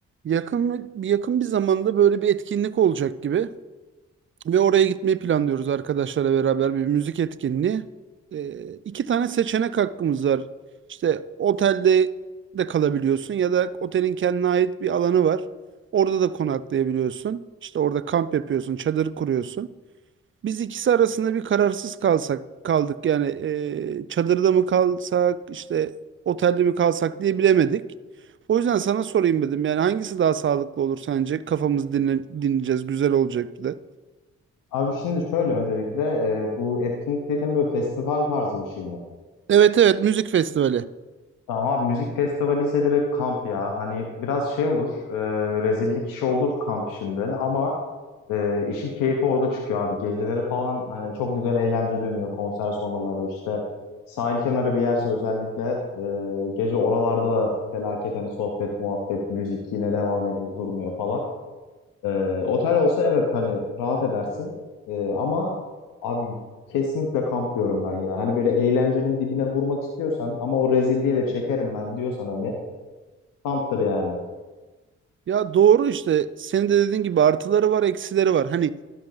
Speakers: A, on the right; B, on the left.
A: Yakın yakın bir zamanda böyle bir etkinlik olacak gibi ve oraya gitmeyi planlıyoruz arkadaşlarla beraber bir müzik etkinliği. Ee, iki tane seçenek hakkımız var. İşte otelde de kalabiliyorsun ya da otelin kendine ait bir alanı var. Orada da konaklayabiliyorsun. İşte orada kamp yapıyorsun, çadır kuruyorsun. Biz ikisi arasında bir kararsız kalsak kaldık. Yani e, çadırda mı kalsak işte otelde mi kalsak diye bilemedik. O yüzden sana sorayım dedim. Yani hangisi daha sağlıklı olur sence? Kafamızı dinle, dinleyeceğiz. Güzel olacak bir de.
B: Abi şimdi şöyle öncelikle e, bu etkinlik dediğim böyle festival tarzı bir şey mi?
A: Evet evet müzik festivali.
B: Tamam abi müzik festivali ise direkt kamp ya. Hani biraz şey olur, e, rezillik işi olur kamp işinde ama e, işin keyfi orada çıkıyor abi. Geceleri falan hani çok güzel eğlence dönüyor konser sonraları işte. Sahil kenarı bir yerse özellikle e, gece oralarda da felaket hani sohbet, muhabbet, müzik yine devam ediyor, durmuyor falan. Ee, otel olsa evet hani rahat edersin. Ee, ama abi kesinlikle kamp diyorum ben ya. Hani böyle eğlencenin dibine vurmak istiyorsan ama o rezilliği de çekerim ben diyorsan hani kamptır yani.
A: Ya doğru işte. Senin de dediğin gibi artıları var, eksileri var. Hani